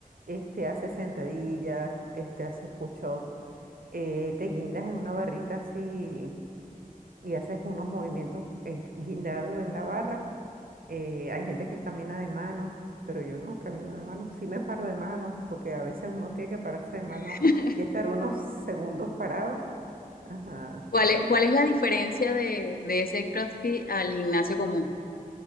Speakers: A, on the right; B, on the left.
A: este, haces sentadillas, este, haces push-up, eh, te guindas en una barrita así y haces unos movimientos eh, guindado en la barra eh, hay gente que camina de mano, pero yo no camino de mano. Sí me paro de mano, porque a veces uno tiene que pararse de mano
B: <laughs>
A: y estar unos segundos parado. Ajá,
B: ¿Cuál
A: sí.
B: es, cuál es la diferencia de, de ese CrossFit al gimnasio común?